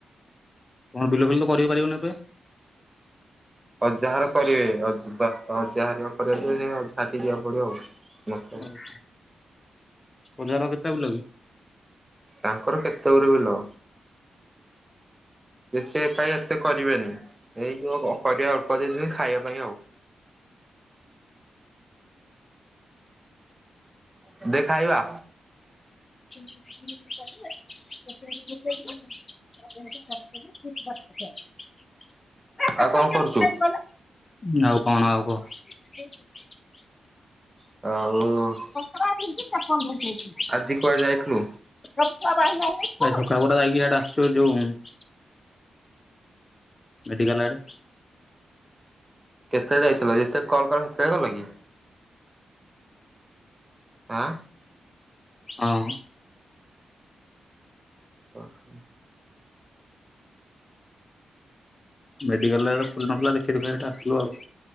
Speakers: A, on the left (about 35°); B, on the right (about 20°).
A: ତମର ବିଲ ଫିଲ ତ କରିପାରିବନି ଏବେ?
B: ଅଜାହର କରିବେ, ଅଜ୍ ବା ଅଜାହାର କରିବ ଯେ, ସେଅ ଝାଟି ଯିବାକୁ ପଡିବ ଆଉ। ମତେ
A: ହଉ, ଅଜାହର କେତେଟା ବିଲ କି?
B: ତାଙ୍କର କେତେ ଗୁରେ ବିଲ। ଯେତେ ପାଇବେ ଏତେ କରିବାନି, ଏଇ ଯୋଉ ଅ, ଅ କରିବା ଅଳ୍ପ <unintelligible> ଖାଇବା ପାଇଁ ଆଉ। <unintelligible> ଦେ ଖାଇବା।
A: <unintelligible> <unintelligible>
B: ଆଉ କଣ କରୁଛୁ?
A: <unintelligible> ଆଉ କଣ ଆଉ କହ? <inaudible>
B: ଆଉ
A: <unintelligible> <unintelligible> ଏ
B: ଆଜି
A: ଛକା
B: କୁଆଡେ ଯାଇଥିଲୁ?
A: ଗୋଟା ଯାଇକି ଇଆଡ଼େ ଆସିବ ଯୋଉଁ ମେଡ଼ିକାଲ ଆଡେ।
B: କେତେଳେ ଯାଇଥିଲ ଯେତେ କଲ୍ କନି ସେତଳେ ଗଲ କି? ଆଁ?
A: ହଁ
B: ଓହୋ।
A: ମେଡ଼ିକାଲରେ ଏରା ଖୋଲି ନଥିଲା ଦେଖେଇ ଦୁଖାକି ହେଟୁ ଆସିଲୁ ଆଉ,